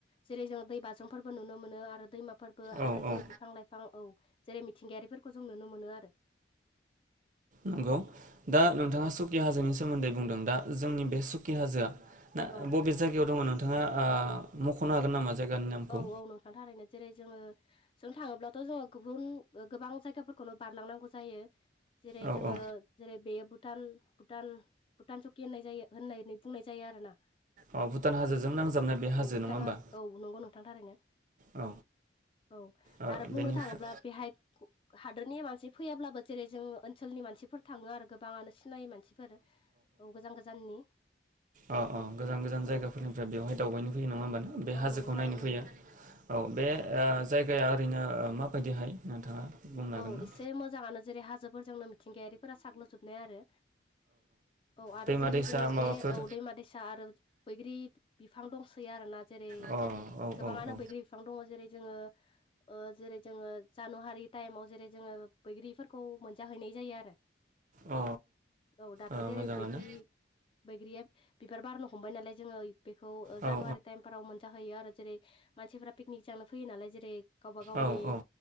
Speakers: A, on the left; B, on the right.
A: जेरै जों दै बाज्रुमफोरबो नुनो मोनो आरो दैमा फोरबो
B: औ
A: आरो जेरै
B: औ
A: बिफां लाइफां औ जेरै मिथिंगायारिफोरखौ जों नुनो मोनो आरो।
B: नंगौ दा
A: औ
B: नोंथाङा सुकि हाजोनि सोमोन्दै बुंदों दा जोंनि बे सुकि हाजोआ दा
A: औ
B: बबे जायगायाव दङ नोंथाङा आ मख'नो हागोन नामा? जायगानि नामखौ
A: औ औ नोंथांनि थाखायनो जेरै जोङो जों थाङोब्लाथ' जोङो गुबुन गोबां जायगाफोरखौनो बारलांनांगौ जायो। जेरै
B: औ
A: जोङो
B: औ
A: जेरै बे बुद भुटान - भुटान - भुटान सकि होननाय जायो होननानै बुंनाय जायो आरो ना
B: अ भुटान हाजोजों नांजाबनाय बे हाजो
A: भुटान
B: नङा होमबा
A: औ नंगौ नोंथां थारैनो
B: औ
A: औ
B: ओ
A: आरो बुंनो
B: बेनिफ्राय
A: थाङोब्ला बेहाय हादोर नि मानसि फैयाब्लाबो जेरै जों ओनसोलनि मानसिफोर थाङो आरो गोबाङानो नाय मानसिफोर औ गोजान गोजाननि
B: अ अ गोजान-गोजान
A: औ
B: जायगाफोरनिफ्राय बेवहाय दावबायनो फैयो नङा होमब ना बे
A: औ
B: हाजोखौ
A: नंगौ
B: खौ
A: थारैनो
B: नायनो फैयो
A: नोंथां
B: औ बे ओ जायगाया ओरैनो माबायदिहाय नोंथाङा बुंनो हागोन
A: औ
B: ना
A: एसे मोजाङानो जेरै हाजोफोरजोंनो मिथिंगायारिफोरा साग्लोबजोबनाय आरो औ आरो
B: दैमा
A: जेरै
B: दैसा
A: जोङो
B: माबाफोर
A: बे औ दैमा दैसा आरो बैग्रि बिफां दंसोयो आरोना जेरै
B: अ औ औ
A: गोबाङानो
B: औ
A: बैग्रि बिफां दङ जेरै जोङो ओ जेरै जोङो जानु हारि टाइमाव जेरै जोङो बैग्रिफोरखौ मोनजाहैनाय जायो आरो
B: अ
A: औ दाथ'
B: ओ
A: जेरै
B: मोजाङानो
A: बैग्रि बैग्रिया बिबार बारनो हमबाय नालाय जोङो बेखौ
B: औ
A: जानुवारि टाइमफोराव मोनजाहैयो आरो जेरै मानसिफोरा पिकनिक जानो फैयो नालाय जेरै गावबा गावनि
B: औ औ